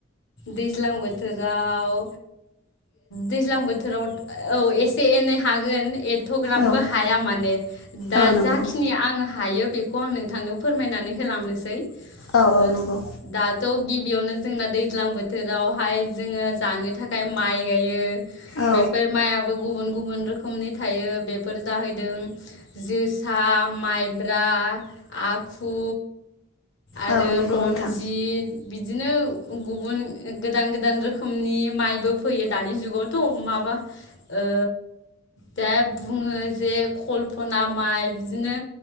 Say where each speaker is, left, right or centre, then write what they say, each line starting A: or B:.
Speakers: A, on the left (about 60°); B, on the left (about 80°).
A: दैज्लां बोथोराव दैज्लां बोथोराव औ एसे एनै हागोन एद थ'ग्राबबो
B: औ
A: हाया माने दा
B: औ नंगौ
A: जाखिनि आङो हायो बेखौ खौ आं नोंथांनो फोरमायनानै होलांनोसै।
B: औ औ
A: ओ
B: नंगौ
A: दाथ गिबियावनो जोंना दै ज्लां बोथोरावहाय जोङो जानो थाखाय माइ गायो।
B: औ
A: बेफोर माइआबो गुबुन गुबुन रोखोमनि थायो बेफोर जाहैदों जोसा, माइब्रा, आखु आरो
B: औ नंगौ
A: रनजित।
B: नोंथां
A: बिदिनो गुबुन गोदान गोदान रोखोमनि माइबो फैयो दानि जुगावथ' माबा ओ दा बुङो जे कल्पना माइ बिदिनो